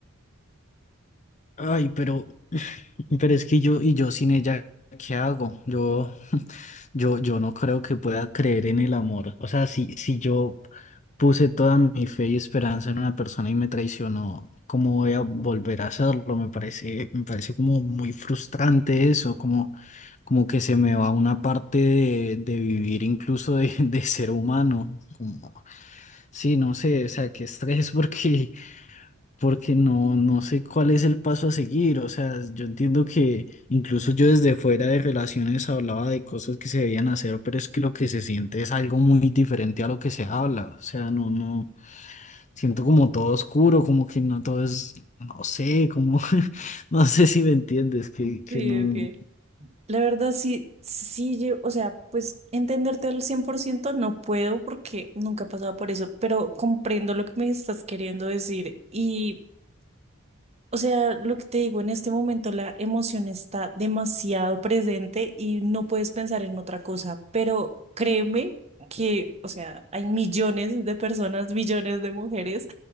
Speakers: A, on the left (about 35°); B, on the right (about 30°).
A: Ay, pero Pero es que yo, y yo sin ella, ¿qué hago? Yo, <laughs> yo, yo no creo que pueda creer en el amor. O sea, si, si yo puse toda mi fe y esperanza en una persona y me traicionó, ¿cómo voy a volver a hacerlo? Me parece, me parece como muy frustrante eso, como, como que se me va una parte de, de vivir incluso de, <laughs> de ser humano. Como, sí, no sé, o sea, qué estrés, <laughs> porque porque no, no sé cuál es el paso a seguir. O sea, yo entiendo que incluso yo desde fuera de relaciones hablaba de cosas que se debían hacer, pero es que lo que se siente es algo muy diferente a lo que se habla. O sea, no, no, siento como todo oscuro, como que no todo es, no sé, como, <laughs> no sé si me entiendes, que, que
B: Sí,
A: no.
B: ok. La verdad, sí, sí, yo- o sea, pues entenderte al 100% no puedo porque nunca he pasado por eso, pero comprendo lo que me estás queriendo decir y. O sea, lo que te digo, en este momento la emoción está demasiado presente y no puedes pensar en otra cosa, pero créeme que, o sea, hay millones de personas, millones de mujeres